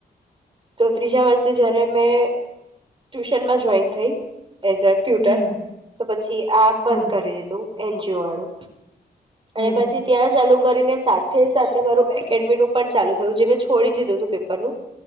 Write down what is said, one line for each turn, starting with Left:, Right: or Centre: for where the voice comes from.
Right: તો ત્રીજા વર્ષે જયારે મેં ટ્યુશનમાં જોઈન થઈ એઝ અ ટ્યુટર
Left: હમ
Right: તો પછી આ બંધ
Left: હા
Right: કરી દીધું. એન્જીઓ વાળું
Left: હમ
Right: અને પછી ત્યાં ચાલુ કરીને સાત સાથે મારું એકેડમીનું પણ ચાલુ થયું જે મેં છોડી દીધું હતું પેપરનું